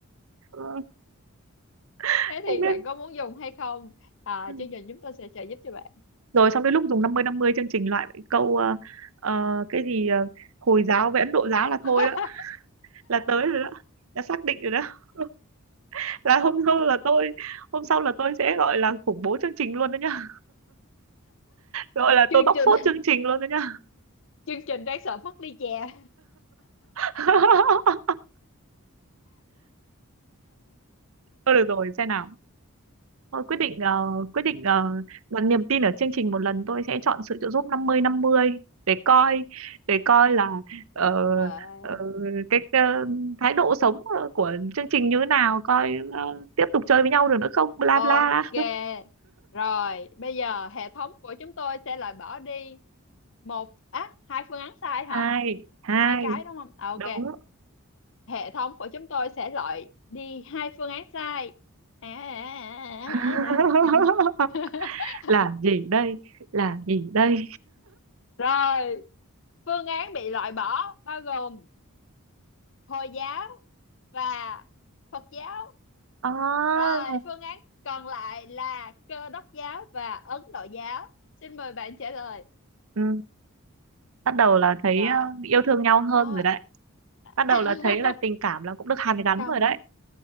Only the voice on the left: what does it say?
thế
thì
bạn có muốn dùng hay không à,
chương trình chúng tôi sẽ trợ giúp cho bạn
<laughs>
chương
trình
chương trình đáng sợ mất đi chè
rồi
ok
rồi bây giờ hệ thống của chúng tôi sẽ loại bỏ đi một á hai phương án sai
hả
hai cái đúng không à, ok
hệ thống của chúng tôi sẽ loại đi hai phương án sai à, à,
à, à. <laughs>
rồi phương án bị loại bỏ bao gồm Hồi giáo và Phật giáo.
Rồi, phương án còn lại là Cơ đốc giáo và Ấn Độ giáo. Xin mời bạn trả lời.
Rồi,
đó.
<laughs>
Không,